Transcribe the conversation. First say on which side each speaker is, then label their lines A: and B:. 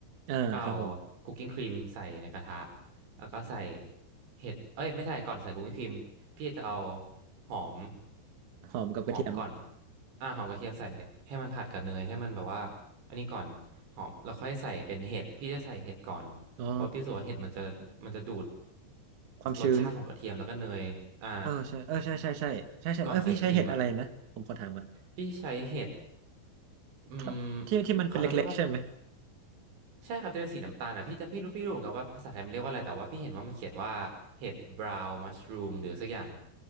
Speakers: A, on the right (about 50°); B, on the right (about 80°).
A: เออครับผม
B: ก็เอาคุกกิ้งครีมใส่ในกระทะ แล้วก็ใส่เห็ดเอ้ยไม่ใช่ก่อนใส่คุกกิ้งครีมพี่จะเอาหอม
A: หอมกับกระเทียมนะ
B: หอมก่อนอ่าหอมกระเทียมใส่ให้มันผัดกับเนยให้มันแบบว่าอันนี้ก่อนหอมแล้วค่อยใส่เป็นเห็ดพี่จะใส่เห็ดก่อนเพราะพี่รู้สึกว่าเห็ดมันจะมันจะดูด
A: อ๋อความชื้น
B: รสชาติของกระเทียมแล้วก็เนยอ่า
A: เออใช่เออใช่ใช่ใช่ใช่ใช่เออพี่ใช้เห็ดอะไรนะผมขอถามก่อน
B: ก่อนใส่ครีมอ่ะพี่ใช้เห็ดอืม
A: ทอปที่ที่มันเป็นเล็กๆใช่ไหม
B: เขาเรียกว่า ใช่ครับจะเป็นสีน้ำตาลอ่ะพี่จำพี่รู้พี่รู้เหมือนกันว่าภาษาไทยมันเรียกว่าอะไรแต่ว่าพี่เห็นว่ามันเขียนว่าเห็ดบราวน์มัชรูมหรือสักอย่าง